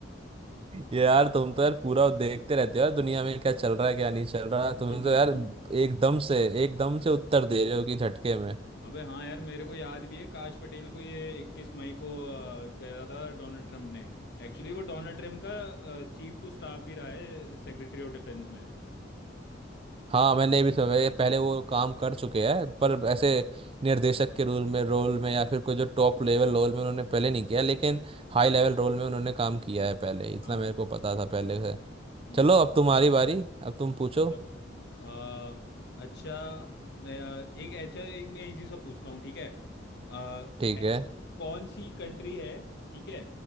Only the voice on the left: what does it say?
भाई
बिल्कुल
अबे हाँ यार मेरे को याद भी है काश पटेल को ये इक्कीस मई को अ, करा था डोनाल्ड ट्रंप ने एक्चुअली वो डोनाल्ड ट्रंप का चीफ टू स्टाफ भी रहा है सेक्रेटरी ऑफ डिफेंस में
हाँ
ये
तो
अच्छा अ, अच्छा मैं अ, एक अच्छा एक मैं इजी सा पूछता हूँ ठीक है अ,
ऐसी
कौन सी कंट्री है ठीक है